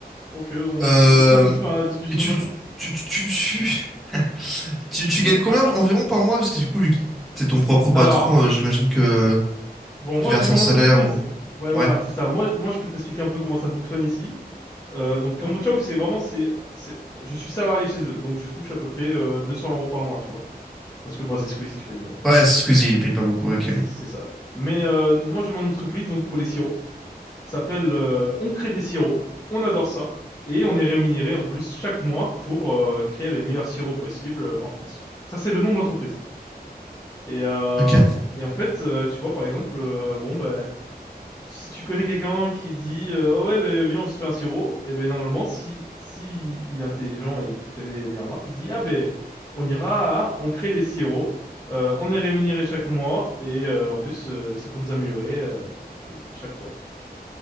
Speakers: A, on the left (about 20°); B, in the centre.
A: Ok, on,
B: Euh,
A: <laughs> on fait la discussion
B: et tu,
A: maintenant.
B: tu, tu, tu, tu, <laughs> tu, tu
A: <laughs>
B: gagnes combien environ par mois? Parce que du coup, vu que t'es ton propre patron,
A: Alors,
B: euh, j'imagine que
A: bon,
B: tu
A: moi,
B: te verses
A: j'ai mon
B: un salaire
A: entreprise.
B: ou...
A: Ouais, voilà,
B: Ouais.
A: c'est ça. Moi, je- moi, je peux t'expliquer un peu comment ça fonctionne ici. Euh, donc, Kambochaou, c'est vraiment, c'est, c'est, je suis salarié chez eux, donc je touche à peu près euh, 200 euros par mois, tu vois. Parce que, bon, c'est Squeezie, tu connais.
B: Ouais, excusez Squeezie, il paye pas beaucoup. Ok,
A: C'est
B: oui.
A: c'est ça. ouais. Mais euh, moi, j'ai mon entreprise donc pour les sirops. Ça s'appelle euh, On crée des sirops. On adore ça. Et on est rémunéré en plus chaque mois pour euh, créer les meilleurs sirops possibles euh, en France. Ça, c'est le nom de l'entreprise. Et, euh,
B: Ok.
A: et en fait, euh, tu vois, par exemple, euh, bon, ben, si tu connais quelqu'un qui dit euh, Ah ouais, ben, viens, on se fait un sirop, et ben normalement, si, si il est intelligent et qu'il connaît les meilleures marques, il dit Ah ben, on ira, à- on crée des sirops, euh, on est rémunéré chaque mois, et euh, en plus, euh, c'est pour nous améliorer euh, euh, chaque fois.